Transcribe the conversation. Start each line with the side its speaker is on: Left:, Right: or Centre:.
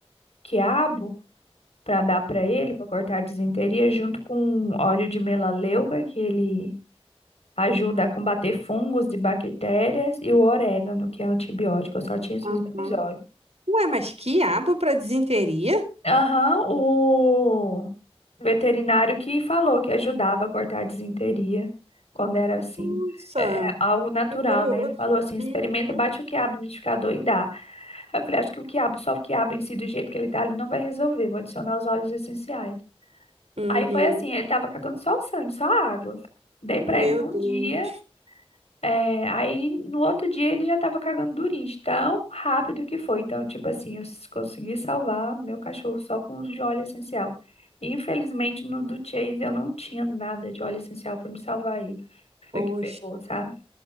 Left: quiabo para dar para ele, para cortar a disenteria, junto com óleo de melaleuca que ele Ajuda a combater fungos e bactérias e o orégano, que é antibiótico. Eu só tinha esses
Right: uhum.
Left: dois óleos.
Right: Ué, mas quiabo para disenteria?
Left: Aham, o veterinário que falou que ajudava a cortar a disenteria quando era assim.
Right: Nossa,
Left: É é algo natural,
Right: que curioso.
Left: né? Ele falou assim: experimenta,
Right: Uhum,
Left: bate o quiabo no liquidificador e dá. Aí eu falei: acho que o quiabo, só o quiabo em si, do jeito que ele tá ali, não vai resolver. Vou adicionar os óleos essenciais.
Right: uhum.
Left: Aí foi assim: ele tava cagando só o sangue, só a água. Dei pra
Right: Meu
Left: ele num
Right: Deus.
Left: dia. É, aí no outro dia ele já tava cagando durinho, de tão rápido que foi. Então, tipo assim, eu s- consegui salvar meu cachorro só com o de óleo essencial. Infelizmente, no do Chase eu não tinha nada de óleo essencial pra me salvar ele. Foi
Right: Poxa.
Left: que pegou, sabe?